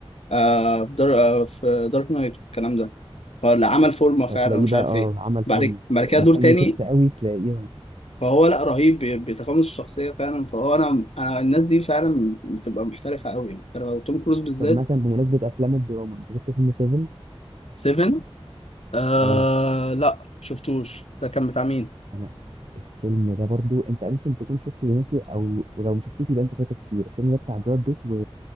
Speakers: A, on the left (about 85°); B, on the right (about 75°).
A: آه في دار... آه في دارك نايت الكلام ده فاللي عمل فورمه فعلا
B: فتلاقيه
A: مش
B: بقى
A: عارف
B: اه
A: ايه
B: عمل
A: بعد
B: فورمه
A: بعد كده
B: محتاج
A: دور تاني
B: يخس قوي تلاقيه آه.
A: فهو لا رهيب بي- بيتقمص الشخصيه فعلا فهو انا انا الناس دي فعلا بتبقى محترفه قوي محترفه وتوم كروز بالذات
B: طب مثلا بمناسبه افلام الدراما انت شفت فيلم 7
A: 7 آه
B: اه
A: لا شفتوش ده كان بتاع مين
B: انا الفيلم ده برضو انت ممكن تكون شفته وناسي او ولو ما شفتوش يبقى انت فايتك كتير الفيلم ده بتاع براد بيت و...